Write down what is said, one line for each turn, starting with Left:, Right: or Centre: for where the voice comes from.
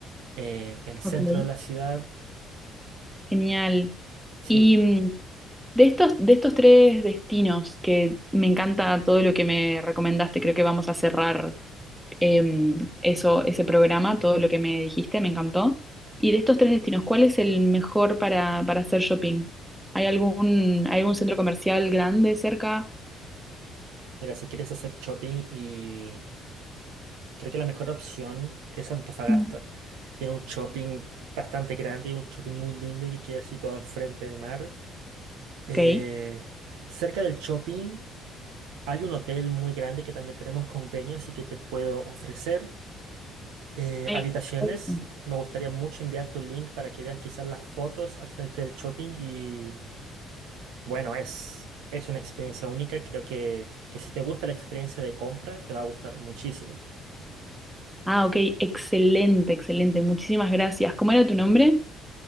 Right: eh, el centro
Centre: ok.
Right: de la ciudad.
Centre: Genial.
Right: Sí,
Centre: Y mm, de estos, de estos tres destinos, que me encanta todo lo que me recomendaste, creo que vamos a cerrar em, eso, ese programa, todo lo que me dijiste, me encantó. Y de estos tres destinos, ¿cuál es el mejor para, para hacer shopping? ¿Hay algún, hay algún centro comercial grande cerca?
Right: mira, si quieres hacer shopping y creo que la mejor opción es Antofagasta.
Centre: Mm.
Right: Tiene un shopping bastante grande y un shopping muy lindo que queda situado al frente del mar. Eh,
Centre: Ok.
Right: cerca del shopping. Hay un hotel muy grande que también tenemos convenio, así que te puedo ofrecer eh,
Centre: Perfecto.
Right: habitaciones. Me gustaría mucho enviarte un link para que veas quizás las fotos al frente del shopping y bueno, es, es una experiencia única. Creo que, que si te gusta la experiencia de compra, te va a gustar muchísimo.
Centre: Ah, ok, excelente, excelente. Muchísimas gracias. ¿Cómo era tu nombre?